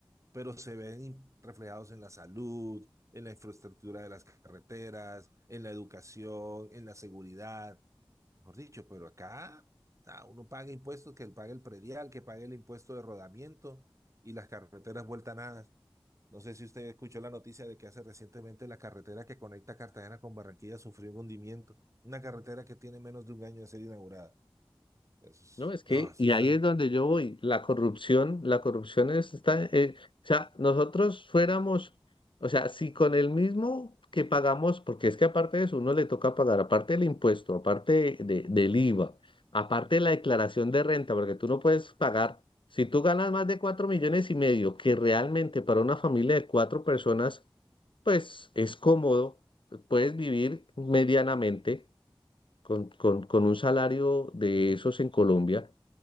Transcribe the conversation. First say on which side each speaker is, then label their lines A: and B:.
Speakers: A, on the right (about 35°); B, on the left (about 65°).
A: pero se ven in- reflejados en la salud, en la infraestructura de las carreteras, en la educación, en la seguridad mejor dicho, pero acá ah, uno paga impuestos, que pague el predial, que pague el impuesto de rodamiento y las carreteras vuelta a nada. No sé si usted escuchó la noticia de que hace recientemente la carretera que conecta Cartagena con Barranquilla sufrió un hundimiento. Una carretera que tiene menos de un año de ser inaugurada. Eso es-
B: No, es que,
A: no, eso
B: y
A: es
B: ahí
A: tan...
B: es donde yo voy, la corrupción, la corrupción es, está, eh, o sea, nosotros fuéramos, o sea, si con el mismo que pagamos, porque es que aparte de eso, uno le toca pagar, aparte del impuesto, aparte de- de- del IVA, aparte de la declaración de renta, porque tú no puedes pagar, si tú ganas más de cuatro millones y medio, que realmente para una familia de cuatro personas, pues es cómodo, puedes vivir medianamente con, con, con un salario de
A: Ujú.
B: esos
A: <laughs>
B: en Colombia